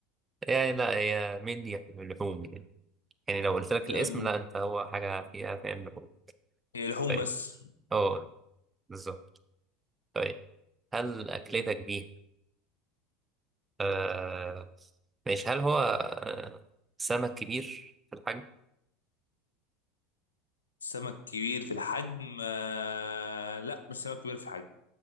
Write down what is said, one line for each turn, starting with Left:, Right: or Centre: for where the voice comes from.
Right: يعني لا هي مندي يعني من اللحوم يعني يعني لو قلت لك الاسم
Left: آه، من-
Right: لا انت هو حاجة فيها فاهم لحوم
Left: هي لحوم
Right: طيب
Left: بس
Right: اه بالظبط طيب هل أكلتك دي آه ماشي هل هو آه سمك كبير في الحجم؟
Left: سمك كبير في الحجم آه لا مش سمك كبير في الحجم